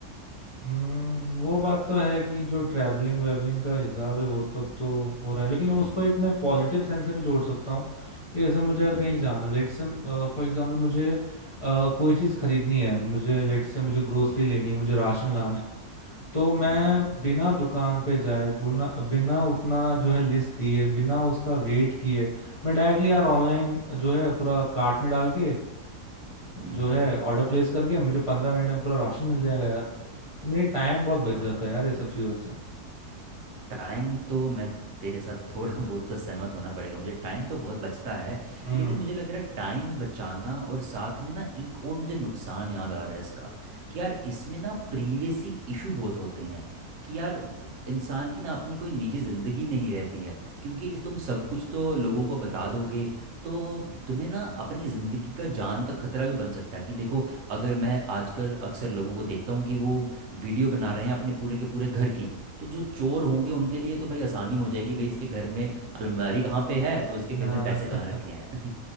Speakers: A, on the left; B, on the right.
A: हम्म वो बात तो है कि जो ट्रैवलिंग वेवलिंग का हिसाब है वो तब तो हो रहा है लेकिन
B: हम्म
A: उसको एक मैं पॉजिटिव सेंस से भी जोड़ सकता हूँ कि जैसे मुझे
B: हम्म
A: अगर कहीं जाना लेट से फॉर एग्जांपल मुझे अ, कोई चीज़ खरीदनी है मुझे लेट से मुझे ग्रोसरी
B: हम्म
A: लेनी है मुझे राशन लाना तो मैं
B: हम्म
A: बिना दुकान पे जाए बिना बिना उतना जो है लिस्ट दिए बिना उसका वेट किए मैं डायरेक्टली यार ऑनलाइन जो है पूरा कार्ट में डाल के अ,
B: हम्म,
A: जो है ऑर्डर प्लेस करके मुझे पंद्रह मिनट में पूरा राशन मिल जाएगा यार तो मेरे टाइम बहुत बच
B: हाँ
A: जाता है यार ये सब चीजों से
B: टाइम तो मैं तेरे साथ थोड़ा <laughs> बहुत तो सहमत होना पड़ेगा मुझे टाइम तो बहुत बचता है
A: हम्म
B: लेकिन मुझे लग रहा है टाइम बचाना और साथ में ना एक और मुझे नुकसान याद आ रहा है इसका कि यार इसमें ना प्रीवेसी इशू बहुत होते हैं कि यार इंसान की ना अपनी कोई निजी ज़िंदगी नहीं रहती है क्योंकि इस तुम सब कुछ तो लोगों को बता दोगे तो तुम्हें ना अपनी ज़िंदगी का जान का खतरा भी बन सकता है कि देखो अगर मैं आजकल अक्सर लोगों को देखता हूँ कि वो वीडियो बना रहे हैं अपने पूरे के पूरे घर की तो जो चोर होंगे उनके लिए तो भाई आसानी हो जाएगी भाई इसके घर में अलमारी कहाँ पे है तो इसके
A: <laughs>
B: घर में पैसे कहाँ
A: हाँ
B: रखे हैं